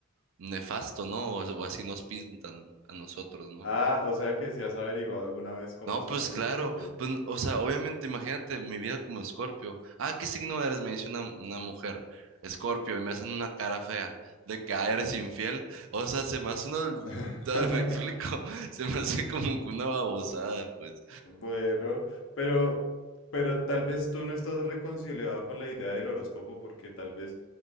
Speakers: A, on the right; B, on the left.
A: nefasto, ¿no? O, o así nos pintan a nosotros, ¿no?
B: Ah, o sea que si has averiguado alguna vez cómo
A: No,
B: son
A: pues
B: los
A: claro,
B: Escorpio.
A: pues, o sea, obviamente, imagínate mi vida como Escorpio. Ah, ¿qué signo eres? Me dice una, una mujer, Escorpio, y me hacen una cara fea de que, ah, eres infiel. O sea, se me hace una,
B: <laughs>
A: <laughs> ¿me explico? Se me hace como que una babosada, pues.
B: Bueno, pero, pero tal vez tú no estás reconciliado con la idea del horóscopo porque tal vez